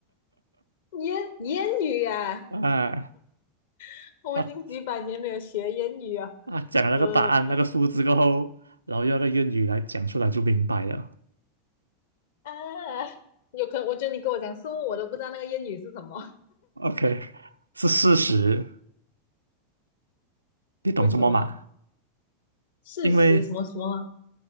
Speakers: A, on the left; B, on the right.
A: <laughs> 烟烟雨啊！
B: 呃啊，
A: <laughs> 我已经几百年没有学烟语啊，
B: 他它讲了那个答案那个数字过后，
A: 呃
B: 然后用那个谚语来讲出来就明白了。
A: 啊，有可能我觉得你跟我讲物，我都不知道那个烟语是什么，
B: OK，是事实，你懂这么嘛？
A: 为什么？事实什么什么？
B: 因为